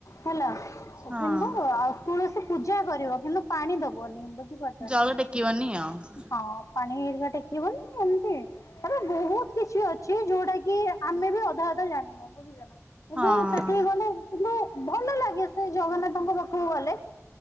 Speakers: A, on the left; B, on the right.
A: ହେଲା
B: ହଁ
A: କିନ୍ତୁ ଆଉ ତୁଳସୀ ପୂଜା କରିବ କିନ୍ତୁ ପାଣି ଦବନି। ବୁଝିପାରୁଛ
B: ଜଳ ଟେକିବନି ଆଉ
A: ନା ହଁ ପାାନିହେରିକା ଟେକି ବନି ଏମତି ବହୁତ କିଛି ଅଛି ଯୋଉଟା କି ଆମେ ବି ଅଧା ଅଧା ଜାଣିନୁ ବୁଝୁଛ ନା କିନ୍ତୁ
B: ହଁ
A: ସେଠି ଗଲେ କିନ୍ତୁ ଭଲ ଲାଗେ ସେ ଜଗନ୍ନାଥଙ୍କ ପାଖକୁ ଗଲେ